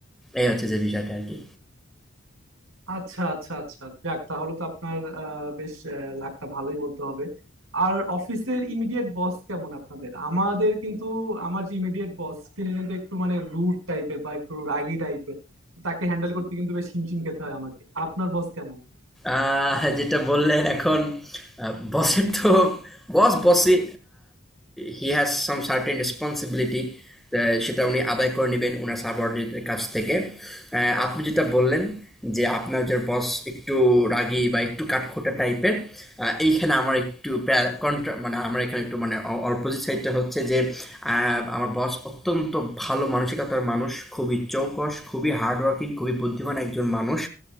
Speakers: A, in the centre; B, on the right.
A: এই হচ্ছে যে বিষয়টা আর কি
B: আচ্ছা আচ্ছা আচ্ছা যাক তাহলে তো আপনার আহ, বেশ আহ, লাকটা ভালোই বলতে হবে আর অফিসের ইমিডিয়েট বস কেমন আপনাদের আমাদের কিন্তু আমার যে ইমিডিয়েট বস তিনি কিন্তু একটু মানে রুড টাইপের বা একটু রাগী টাইপের তাকে হ্যান্ডেল করতে কিন্তু বেশ হিমশিম খেতে হয় আমাকে আপনার বস কেমন
A: আহ, যেটা বললেন এখন বসের তো বস বসই He has some certain responsibility সেটা উনি আদায় করে নেবেন ওনার সাবঅর্ডিনেটের কাছ থেকে আহ, আপনি যেটা বললেন যে আপনার যে বস একটু রাগী বা একটু কাঠখোট্টা টাইপের এইখানে আমার একটু কন্ট্রা মানে আমার এখানে একটু মানে অপোজিট সাইডটা হচ্ছে যে আহ, আমার বস অত্যন্ত ভালো মানসিকতার মানুষ খুবই চৌকস খুবই হার্ডওয়ার্কিং খুবই বুদ্ধিমান একজন মানুষ